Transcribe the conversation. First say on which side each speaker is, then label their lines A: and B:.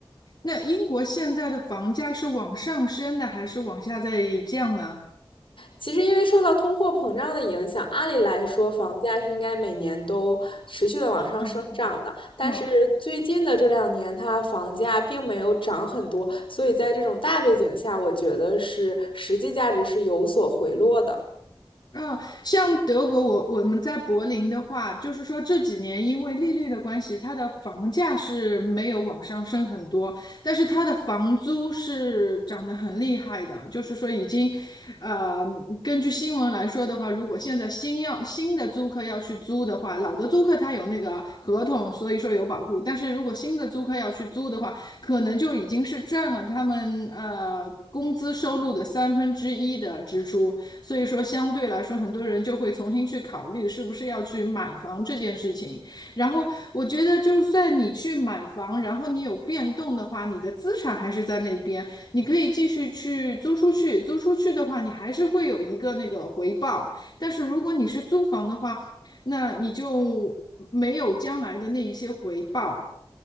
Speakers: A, on the left; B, on the left.
A: 那英国现在的房价是往上升的还是往下在降呢？
B: 其实，因为受到通货膨胀的影响，按理来说，房价是应该每年都持续的往上生长的。
A: 嗯
B: 但是最近的这两年，
A: 嗯
B: 它房价并没有涨很多，所以在这种大背景下，我觉得是实际价值是有所回落的。
A: 嗯，像德国，我我们在柏林的话，就是说这几年因为利率的关系，它的房价是没有往上升很多，但是它的房租是涨得很厉害的，就是说已经，呃，根据新闻来说的话，如果现在新要新的租客要去租的话，老的租客他有那个合同，所以说有保护，但是如果新的租客要去租的话，可能就已经是占了他们呃工资收入的三分之一的支出。所以说，相对来说，很多人就会重新去考虑是不是要去买房这件事情。然后，我觉得就算你去买房，然后你有变动的话，你的资产还是在那边，你可以继续去租出去。租出去的话，你还是会有一个那个回报。但是如果你是租房的话，那你就没有将来的那一些回报，